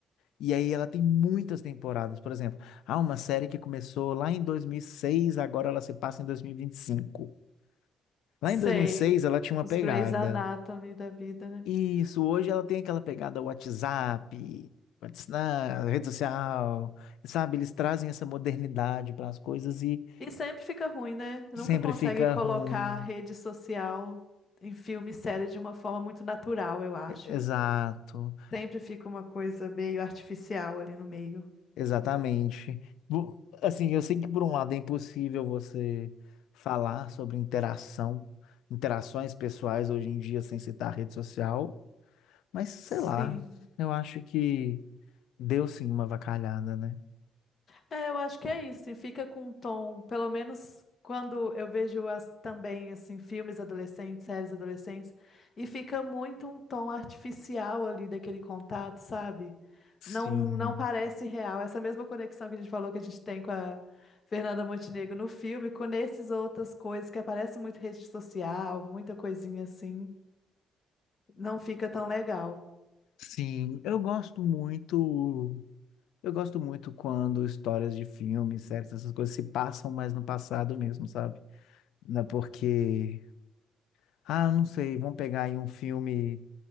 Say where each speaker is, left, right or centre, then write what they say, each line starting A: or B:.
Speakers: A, on the left; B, on the left.
A: e aí ela tem muitas temporadas, por exemplo, há uma série que começou lá em 2006, agora ela se passa em 2025. Lá
B: Sei.
A: em 2006 ela tinha uma
B: Os
A: pegada.
B: Grey's Anatomy da vida, né?
A: Isso, hoje ela tem aquela pegada WhatsApp, WhatsApp, rede social, sabe? Eles trazem essa modernidade para as coisas e
B: E sempre fica ruim, né? Nunca
A: sempre
B: conseguem
A: fica
B: colocar
A: ruim.
B: a rede social em filme e série de uma forma muito natural, eu acho.
A: E- Exato,
B: Sempre fica uma coisa meio artificial ali no meio.
A: exatamente. Bu- Assim, eu sei que por um lado é impossível você falar sobre interação, interações pessoais hoje em dia sem citar rede social, mas sei
B: Sim.
A: lá, eu acho que deu sim uma avacalhada, né?
B: É, eu acho que é isso, assim, fica com um tom, pelo menos quando eu vejo as, também assim filmes adolescentes, séries adolescentes, e fica muito um tom artificial ali daquele contato, sabe?
A: Sim.
B: Não, não parece real. Essa mesma conexão que a gente falou que a gente tem com a Fernanda Montenegro no filme, com essas outras coisas que aparece muito rede social, muita coisinha assim, não fica tão legal.
A: Sim, eu gosto muito. Eu gosto muito quando histórias de filmes, séries, essas coisas se passam mais no passado mesmo, sabe? Né, Porque, ah, não sei, vamos pegar aí um filme